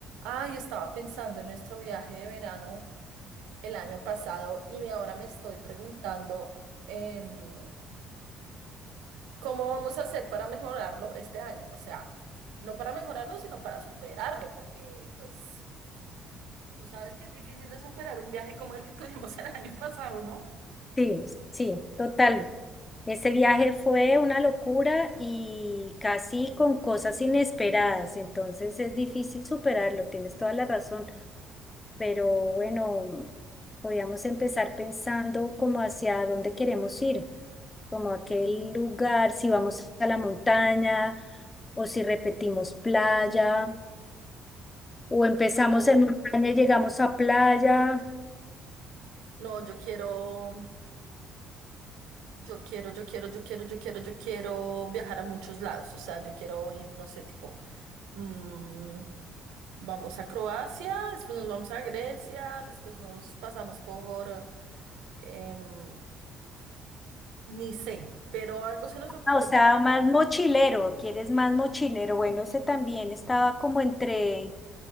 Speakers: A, on the right (about 75°); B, on the left (about 25°).
A: Ay, estaba pensando en nuestro viaje de verano el año pasado y me- ahora me estoy preguntando em, cómo vamos a hacer para mejorarlo este año. O sea, no para mejorarlo, sino para superarlo, porque pues tú sabes que es difícil de superar un viaje como el que tuvimos <laughs> el año pasado, ¿no?
B: Sí, sí, total. Este viaje fue una locura y casi con cosas inesperadas, entonces es difícil superarlo, tienes toda la razón, pero bueno, podíamos empezar pensando como hacia dónde queremos ir, como aquel lugar, si vamos a la montaña o si repetimos playa o empezamos
A: No,
B: en montaña y llegamos a playa.
A: No, yo quiero. Yo quiero, yo quiero, yo quiero, yo quiero, yo quiero viajar a muchos lados. O sea, yo quiero ir, no sé, tipo, mm, vamos a Croacia, después nos vamos a Grecia, después nos pasamos por, em, ni sé, pero algo se nos ocurrirá.
B: Ah, O sea, más mochilero, ¿quieres más mochilero? Bueno, ese también estaba como entre,